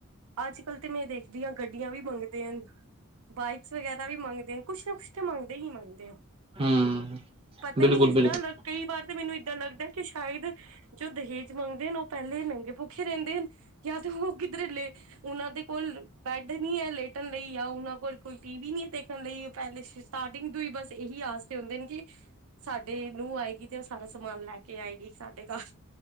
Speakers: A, on the right; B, on the right.
A: ਅੱਜ-ਕੱਲ੍ਹ ਤੇ ਮੈਂ ਦੇਖਦੀ ਆਂ, ਗੱਡੀਆਂ ਵੀ ਮੰਗਦੇ ਹਨ। ਬਾਈਕਸ ਵਗੈਰਾ ਵੀ ਮੰਗਦੇ ਆ, ਕੁਛ ਨਾ ਕੁਛ ਤਾਂ ਮੰਗਦੇ ਹੀ ਮੰਗਦੇ ਆ।
B: ਹਮ
A: ਪਤਾ
B: ਬਿਲਕੁਲ
A: ਨੀ <unintelligible> ਏਦਾ
B: ਬਿਲਕੁਲ
A: ਕਈ ਵਾਰ ਤੇ ਮੈਨੂੰ ਏਦਾਂ ਲੱਗਦਾ ਕਿ ਸ਼ਾਇਦ ਜੋ ਦਹੇਜ ਮੰਗਦੇ ਹਨ, ਉਹ ਪਹਿਲੇ ਨੰਗੇ ਭੁੱਖੇ ਰਹਿੰਦੇ ਹਨ ਜਾਂ ਤੇ ਉਹ ਕਿਧਰੇਲੇ। ਉਨਾਂ ਦੇ ਕੋਲ ਬੈੱਡ ਨੀ ਐ ਲੇਟਣ ਲਈ, ਯਾ ਉਨਾਂ ਕੋਲ ਕੋਈ ਟੀਵੀ ਨੀ ਐ ਦੇਖਣ ਲਈ। <unintelligible> ਸਟਾਰਟਿੰਗ ਤੋਂ ਹੀ, ਬਸ ਏਹੀ ਆਸ ਤੇ ਹੁੰਦੇ ਨੇ ਕਿ। ਸਾਡੇ ਨੂੰਹ ਆਏਗੀ ਤੇ ਓ ਸਾਰਾ ਸਮਾਨ ਲੈ ਕੇ ਆਏਗੀ ਸਾਡੇ ਘਰ।